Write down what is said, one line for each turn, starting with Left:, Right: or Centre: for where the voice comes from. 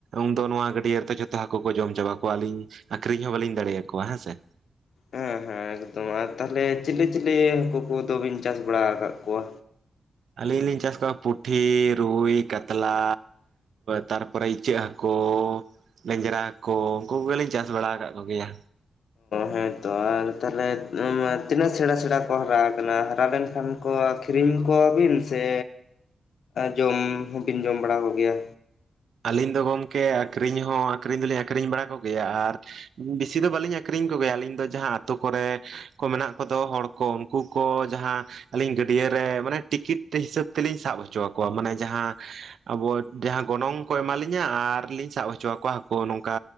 Right: ᱩᱱᱫᱚ ᱱᱚᱣᱟ ᱜᱟᱹᱰᱭᱟᱹ ᱨᱮ ᱛᱚ ᱡᱷᱚᱛᱚ ᱦᱟᱹᱠᱩ ᱠᱚ ᱡᱚᱢ ᱪᱟᱵᱟ ᱠᱚᱣᱟ ᱟᱹᱞᱤᱧ ᱟᱠᱷᱨᱤᱧ ᱦᱚᱸ ᱵᱟᱹᱞᱤᱧ ᱫᱟᱲᱮᱭᱟ ᱠᱚᱣᱟ ᱦᱮᱸᱥᱮ
Left: ᱦᱮᱸ ᱦᱮᱸ ᱮᱠᱫᱚᱢ ᱟᱨ ᱛᱟᱦᱚᱞᱮ ᱪᱤᱞᱤ ᱪᱤᱞᱤ ᱦᱟᱹᱠᱩ ᱠᱚᱫᱚ ᱵᱤᱱ ᱪᱟᱥ ᱵᱟᱲᱟ ᱟᱠᱟᱫ ᱠᱚᱣᱟ᱾
Right: ᱟᱹᱞᱤᱧ ᱞᱤᱧ ᱪᱟᱥ ᱠᱚᱣᱟ ᱯᱩᱴᱷᱤ ᱨᱩᱭ ᱠᱟᱛᱞᱟ ᱛᱟᱨ ᱯᱚᱨᱮ ᱤᱪᱟᱹᱜ ᱦᱟᱹᱠᱩ ᱞᱮᱧᱡᱨᱟ ᱠᱳ ᱩᱱᱠᱩ ᱠᱚᱜᱮᱞᱤᱧ ᱪᱟᱥ ᱵᱟᱲᱟ ᱟᱠᱟᱫ ᱠᱚᱜᱮᱭᱟ᱾
Left: ᱦᱮᱸ ᱛᱚ ᱟᱨ ᱛᱟᱦᱚᱞᱮ ᱛᱤᱱᱟᱹᱜ ᱥᱮᱬᱟ ᱥᱮᱬᱟ ᱠᱚ ᱦᱟᱨᱟ ᱟᱠᱟᱱᱟ ᱦᱟᱨᱟ ᱞᱮᱱᱠᱷᱟᱱ ᱠᱚ ᱟᱹᱠᱷᱨᱤᱧ ᱠᱚᱣᱟ ᱵᱤᱱ ᱥᱮ ᱡᱚᱢ ᱦᱚᱸᱵᱤᱱ ᱡᱚᱢ ᱵᱟᱲᱟ ᱠᱚᱜᱮᱭᱟ
Right: ᱟᱹᱞᱤᱧ ᱫᱚ ᱜᱚᱝᱠᱮ ᱟᱹᱠᱷᱨᱤᱧ ᱦᱚᱸ ᱟᱹᱠᱷᱨᱤᱧ ᱫᱚᱞᱤᱧ ᱟᱠᱷᱨᱤᱧ ᱵᱟᱲᱟ ᱠᱚᱜᱮᱭᱟ ᱟᱨ ᱵᱮᱥᱤ ᱫᱚ ᱵᱟᱹᱞᱤᱧ ᱟᱠᱷᱨᱤᱧ ᱠᱚᱜᱮᱭᱟ ᱟᱹᱞᱤᱧ ᱫᱚ ᱡᱟᱦᱟᱸ ᱟᱛᱳ ᱠᱚᱨᱮ ᱠᱚ ᱢᱮᱱᱟᱜ ᱠᱚᱫᱚ ᱦᱚᱲ ᱠᱚ ᱩᱱᱠᱩ ᱠᱚ ᱡᱟᱦᱟᱸ ᱟᱹᱞᱤᱧ ᱜᱟᱹᱰᱭᱟᱹ ᱨᱮ ᱢᱟᱱᱮ ᱴᱤᱠᱤᱴ ᱦᱤᱥᱟᱹᱵ ᱛᱮᱞᱤᱧ ᱥᱟᱵ ᱦᱚᱪᱚ ᱟᱠᱚᱣᱟ ᱢᱟᱱᱮ ᱡᱟᱦᱟᱸ ᱟᱵᱚ ᱡᱟᱦᱟᱸ ᱜᱚᱱᱚᱝ ᱠᱚ ᱮᱢᱟᱞᱤᱧᱟ ᱟᱨ ᱞᱤᱧ ᱥᱟᱵ ᱦᱚᱪᱚ ᱟᱠᱚᱣᱟ ᱦᱟᱹᱠᱩ ᱱᱚᱝᱠᱟ